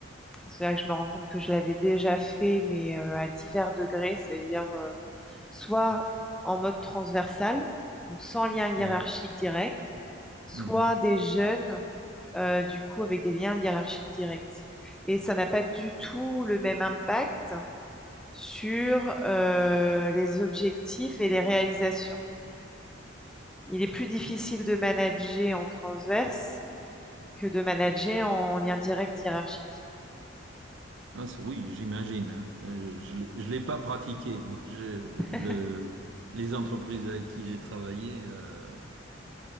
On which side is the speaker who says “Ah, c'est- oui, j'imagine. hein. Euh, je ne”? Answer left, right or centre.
Right